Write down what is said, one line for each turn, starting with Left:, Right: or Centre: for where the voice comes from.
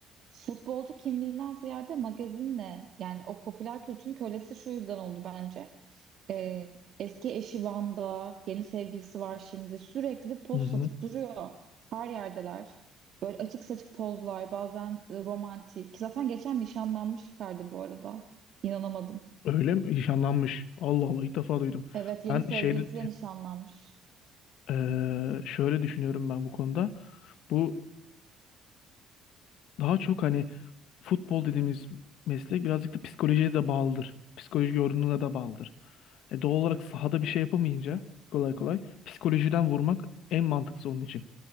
Right: Futbolcu kimliğinden ziyade magazinle yani o popüler kültürün kölesi şu yüzden oldu bence. Ee, eski eşi Van'da, yeni sevgilisi var şimdi. Sürekli poz
Left: Hı hı.
Right: satıp duruyor. Her yerdeler. Böyle açık saçık pozlar, bazen e, romantik. Zaten geçen nişanlanmış Icardi bu arada. İnanamadım.
Left: Öyle mi? Nişanlanmış. Allah Allah ilk defa duydum.
Right: Evet, yeni
Left: Ben
Right: sevgilisiyle
Left: şeyde
Right: nişanlanmış.
Left: eee, şöyle düşünüyorum ben bu konuda. Bu Daha çok hani futbol dediğimiz meslek birazcık da psikolojiye de bağlıdır. Psikoloji yorumuna da bağlıdır. E, doğal olarak sahada bir şey yapamayınca kolay kolay psikolojiden vurmak en mantıklısı onun için.